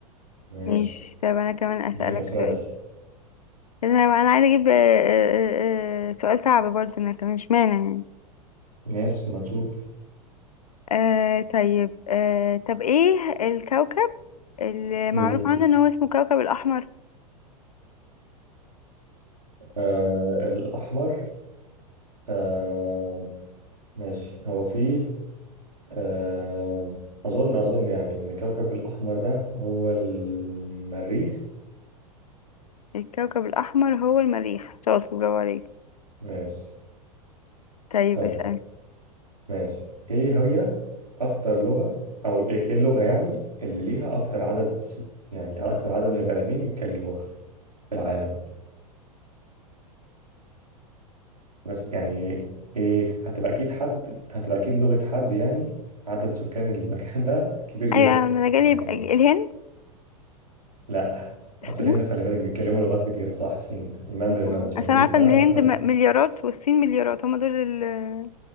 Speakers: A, on the right; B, on the left.
A: ماشي
B: ماشي طب انا كمان اسألك
A: دينا سؤال
B: سؤال انا انا عايزة اجيب آه، آه، آه، سؤال صعب برضه انا كمان مش معنى يعني
A: ماشي ما نشوف
B: آه طيب آه طب ايه الكوكب اللي
A: مم.
B: معروف عنه ان هو اسمه كوكب الاحمر
A: آه الأحمر آه ماشي هو فيه آه أظن أظن يعني إن كوكب الأحمر ده هو المريخ
B: الكوكب الاحمر هو المريخ شاطر برافو عليك
A: ماشي
B: طيب
A: طيب
B: اسأل
A: ماشي إيه هي أكتر لغة أو إيه إيه اللغة يعني اللي ليها أكتر عدد سك- يعني أكتر عدد من البني آدمين بيتكلموها في العالم بس يعني إيه هتبقى أكيد حد هتبقى أكيد لغة حد يعني عدد سكان المكان ده كبير جدا
B: ايوه انا جالي
A: أنا
B: يبقى
A: يعني
B: الهند
A: لا
B: الصين
A: اصل الهند خلي بالك بيتكلموا لغات كتيره صح صين الماندرين
B: آه،
A: او تشاينيز
B: اصل انا عارفة
A: ده
B: ان الهند
A: اكتر
B: م- مليارات والصين مليارات هما دول ال